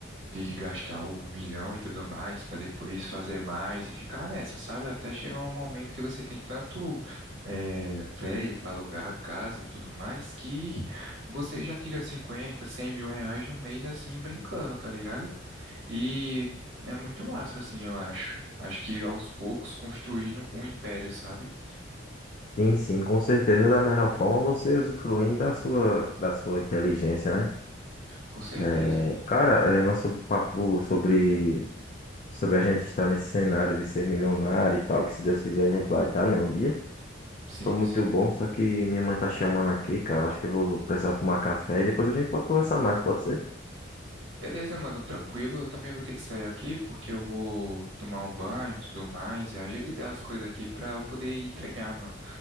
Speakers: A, on the right; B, on the left.
A: de gastar um milhão e tudo mais, para depois fazer mais e ficar nessa, sabe? Até chegar um momento que você tem tanto eh, prédio para alugar, casa e tudo mais, que você já tira cinquenta 100 mil reais no mês, assim, brincando, tá ligado? E é muito massa, assim, eu acho. Acho que aos poucos construindo um império, sabe?
B: Sim, sim, com certeza da melhor forma você usufruindo da sua, da sua inteligência, né?
A: Com certeza.
B: É, cara, é, nosso papo sobre, sobre a gente estar nesse cenário de ser milionário e tal, que se Deus quiser a gente vai estar, né, um dia.
A: Sim.
B: Foi muito bom, só que minha mãe tá chamando aqui, cara. Acho que eu vou precisar tomar café e depois a gente pode conversar mais, pode ser?
A: Beleza, mano, tranquilo. Eu também vou ter que sair aqui porque eu vou tomar um banho e tudo mais e agilizar as coisas aqui pra eu poder ir treinar, mano.